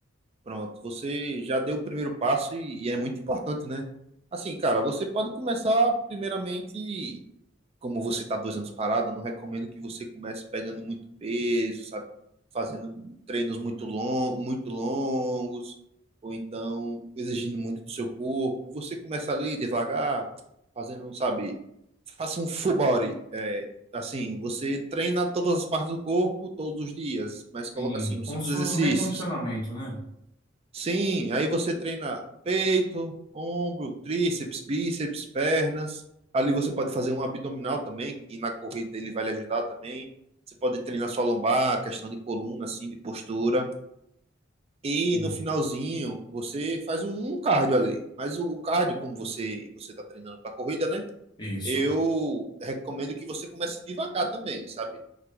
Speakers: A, on the right (about 30°); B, on the left (about 25°).
A: Pronto, você já deu o primeiro passo e, e é muito importante, né? Assim, cara, você pode começar primeiramente como você está dois anos parado, eu não recomendo que você comece pegando muito peso, sabe? Fazendo treinos muito, long, muito longos, ou então exigindo muito do seu corpo. Você começa ali devagar, fazendo, sabe? Faça um full body. É, assim, você treina todas as partes do corpo todos os dias, mas coloca
B: Sim,
A: assim, uns
B: como
A: cinco
B: se
A: exercícios
B: fosse um recondicionamento, né?
A: Sim, aí você treina peito, ombro, tríceps, bíceps, pernas. Ali você pode fazer um abdominal também, que na corrida ele vai lhe ajudar também. Você pode treinar sua lombar, questão de coluna, assim, de postura. E
B: Sim.
A: no finalzinho, você faz um cardio ali. Mas o o cardio, como você você está treinando para corrida, né?
B: Isso.
A: Eu recomendo que você comece devagar também, sabe?